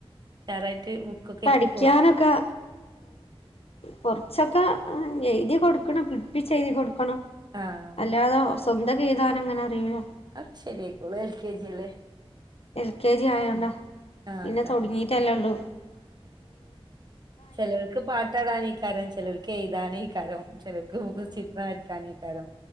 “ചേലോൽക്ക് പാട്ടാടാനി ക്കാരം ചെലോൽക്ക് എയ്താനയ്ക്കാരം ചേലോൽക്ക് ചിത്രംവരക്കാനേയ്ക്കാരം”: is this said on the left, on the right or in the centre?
Right